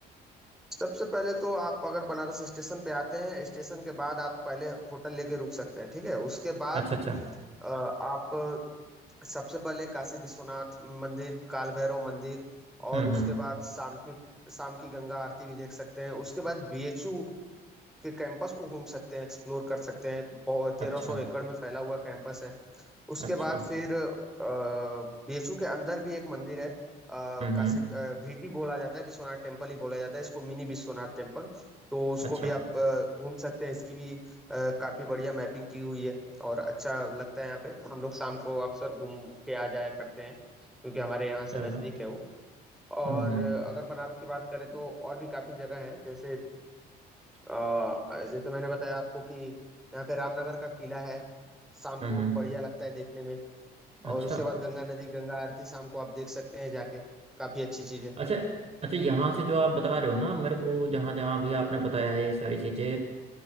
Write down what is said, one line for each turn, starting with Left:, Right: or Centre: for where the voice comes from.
Centre: सबसे पहले तो आप अगर बनारस स्टेशन पे आते हैं स्टेशन के बाद आप पहले होटल लेके रुक सकते हैं ठीक है उसके बाद
Right: अच्छा अच्छा
Centre: अ, आप सबसे पहले काशी विश्वनाथ मंदिर काल भैरव मंदिर और
Right: हम्म
Centre: उसके
Right: हम्म
Centre: बाद शाम की शाम की गंगा आरती भी देख सकते हैं उसके बाद बीएचयू के कैंपस को घूम सकते हैं एक्सप्लोर कर सकते हैं
Right: अच्छा
Centre: तेरह सौ एकड़ में फैला हुआ कैंपस है उसके
Right: अच्छा
Centre: बाद फिर बीएचयू के अंदर भी एक मंदिर है अ,
Right: हम्म
Centre: काशी
Right: हम्म
Centre: अ, भीटी बोला जाता है विश्वनाथ टेम्पल ही बोला जाता है इसको मिनी विश्वनाथ टेम्पल तो उसको
Right: अच्छा
Centre: भी आप अ, घूम सकते हैं इसकी भी अ, काफी बढ़िया मैपिंग की हुई है और अच्छा लगता है यहाँ पे हम लोग शाम को अक्सर घूम के आ जाया करते हैं क्योंकि हमारे यहाँ
Right: चलो
Centre: से नज़दीक है वो और
Right: हम्म हम्म
Centre: अ, अगर बनारस की बात करें तो और भी काफी जगह है जैसे अ, जैसे मैंने बताया आपको कि यहाँ पे रामनगर का किला है शाम
Right: हम्म
Centre: को
Right: हम्म।
Centre: बढ़िया लगता है देखने में
Right: अच्छा
Centre: और उसके बाद गंगा नदी गंगा आरती शाम को आप देख सकते हैं जाके काफी अच्छी चीज है
Right: अच्छा अच्छा यहाँ से जो आप बता रहे हो ना मेरे को जहाँ जहाँ भी आपने बताया है ये सारी चीज़ें